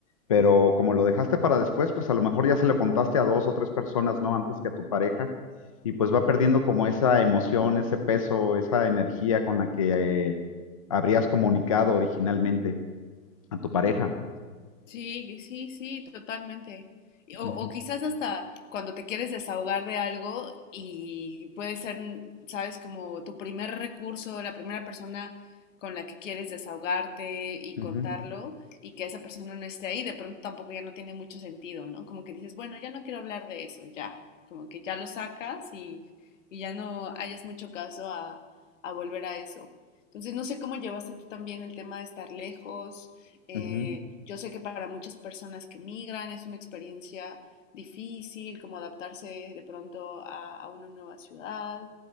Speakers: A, on the left; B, on the left.
A: Pero como lo dejaste para después, pues a lo mejor ya se lo contaste a dos o tres personas, ¿no? Antes que a tu pareja. Y pues va perdiendo como esa emoción, ese peso, esa energía con la que eh, habrías comunicado originalmente a tu pareja.
B: Sí, sí, sí, totalmente. Y- O,
A: Ujú,
B: o quizás hasta cuando te quieres desahogar de algo y puede ser, mm, sabes, como tu primer recurso, la primera persona con la que quieres desahogarte y
A: ujú,
B: contarlo y que esa persona no esté ahí, de pronto tampoco ya no tiene mucho sentido, ¿no? Como que dices, bueno, ya no quiero hablar de eso, ya, como que ya lo sacas y, y ya no hayas mucho caso a, a volver a eso. Entonces, no sé cómo llevaste tú también el tema de estar lejos eh,
A: ujú.
B: yo sé que para muchas personas que migran es una experiencia difícil, como adaptarse de pronto a, a una nueva ciudad.